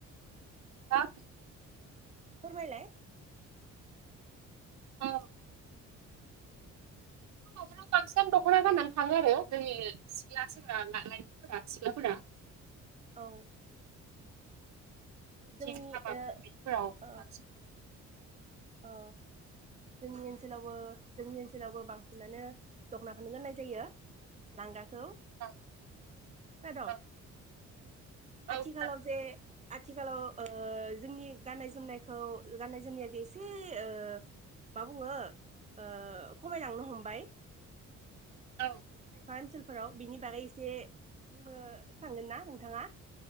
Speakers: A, on the right; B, on the right.
A: हा?
B: फोरमायलाय।
A: औ। आं बांसिन दख'ना गाननानै थाङो आरो जोंनि सिख्ला सेंग्रा लाइमोनफोरा सिख्लाफोरा।
B: औ। जोंनि
A: जे हाबा
B: ओ
A: बेफोरबायदिफोराव
B: ओ
A: बांसिन
B: ओ जोंनि ओनसोलावबो जोंनि ओनसोलावबो बांसिनानो दख'नाखौनो गोननाय जायो। लांगाखौ
A: औ
B: खोनाद'?
A: औ
B: आथिखालावजे
A: औ खोनादों
B: आथिखालाव ओ जोंनि गाननाय जोमनायखौ गाननाय जोमनाया बेसो ओ मा बुङो ओ खमायलांनो हमबाय।
A: औ
B: खायफा ओनसोलफोराव बिनि बागै एसे बुंनो सानगोनना नोंथाङा?